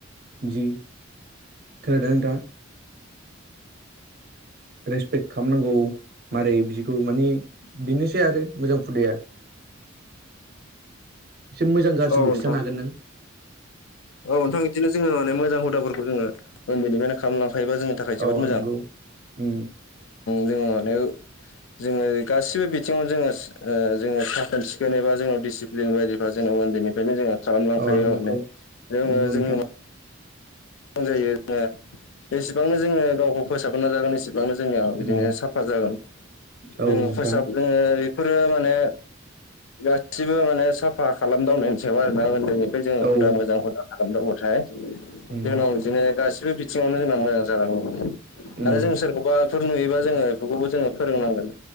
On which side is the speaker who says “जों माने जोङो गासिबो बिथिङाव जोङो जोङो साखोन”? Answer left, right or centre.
Left